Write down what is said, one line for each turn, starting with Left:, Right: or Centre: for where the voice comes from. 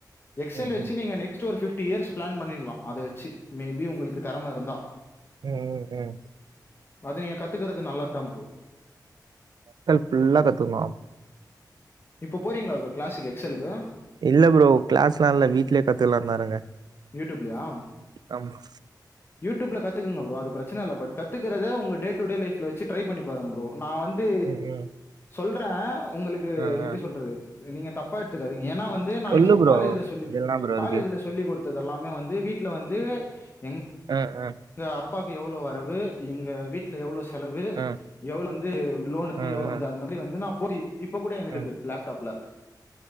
Left: எக்ஸ்ல்
Right: ம்
Left: வெச்சு
Right: ம்
Left: நீ நெக்ஸ்ட் ஒரு ஃப்வ் ஃட்டி இயர்ஸ் பிளான் பண்ணிர்லா அத வெச்சு மேபி உங்களுக்கு தெறம இருந்தா
Right: ம் ம், ம்.
Left: அது நீங்க கத்துக்கறது நல்லதுதான் ப்ரோ
Right: எக்ஸ்ல் ஃபுல்லா கத்துக்கலாம்
Left: இப்ப போறீங்ளா ப்ரோ கிளாஸ்க்கு எக்ஸ்ஸலுக்கு
Right: இல்ல ப்ரோ கிளாஸ்ல்லா இல்ல வீட்லயே கத்துக்கலாந்தா இருக்க
Left: யூடியூப்லயா
Right: ஆமா
Left: யூடியூப்ல கத்துக்கங்க ப்ரோ அது பிரச்சனைஇல்ல பட் கத்துக்கறத உங்க டே டூ டே லைஃப்ல வெச்சு ட்ரை பண்ணி பாருங்க ப்ரோ நா வந்து
Right: ம் ம்
Left: சொல்றே உங்ளுக்கு
Right: ஆ
Left: எப்டி
Right: ஆ
Left: சொல்றது நீங்க தப்பா எடுத்துக்காதீங்க ஏனா வந்து நா
Right: சொல்லு
Left: இப்போ
Right: ப்ரோ
Left: காலேஜ்ல சொல்லி
Right: அதெல்லாம் ப்ரோ
Left: காலேஜ்ல
Right: இருக்கு
Left: சொல்லி கு டுத்ததெல்லாமே வந்து வீட்ல வந்து எ
Right: அ அ
Left: ங்க அப்பாக்கு எவ்ளோ வரவு எங்க வீ ட்ல எவ்ளோ செலவு
Right: ஆ
Left: எவ்ளோ வந்து லோனுக்கு
Right: ஆ
Left: எவ் வந்து
Right: ஆ
Left: அந்த மாரி வந்து நா போ இப்ப கூட எங்ளுக்கு
Right: ஆ ம்
Left: லேப்டாப்ல